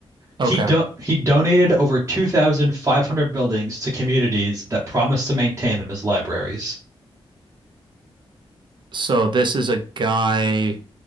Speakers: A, on the right; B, on the right.
A: He
B: Okay.
A: do he donated over 2,500 buildings to communities that promised to maintain them as libraries.
B: So this is a guy